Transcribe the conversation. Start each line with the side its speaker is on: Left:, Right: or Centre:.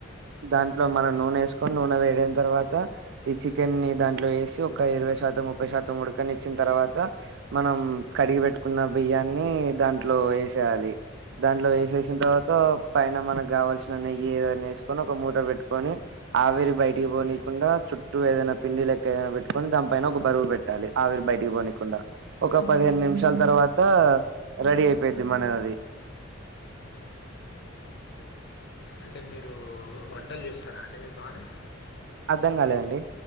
Right: దాంట్లో మనం నూనె వేసుకొని నూనె వేడిన తర్వాత ఈ చికెన్ ని దాంట్లో వేసి ఒక ఇరవై శాతం ముప్పై శాతం ఉడకనిచ్చిన్ తర్వాత మనం కడిగి పెట్టుకున్న బియ్యాని ఇందులో వేసేయాలి దాంట్లో వేసేసిన తర్వాత పైన మనకు కావాల్సిన నెయ్యి ఏదనా వేసుకొని ఒక మూత పెట్టుకొని ఆవిరి బయటికి పోనీకుండా చుట్టూ ఏదైనా పిండి లెక్క ఏదైనా పెట్టుకొని దానిపైన ఒక బరువు పెట్టాలి ఆవిరి బయటికి పోనీకుండా ఒక పదిహేను నిమిషాల తర్వాత రెడీ అవుతుంది అయిపోద్ది మనది
Left: అంటే మీరు వంటలు చేస్తారా అండి మీ బాగానే
Right: అర్ధం కాలేదండి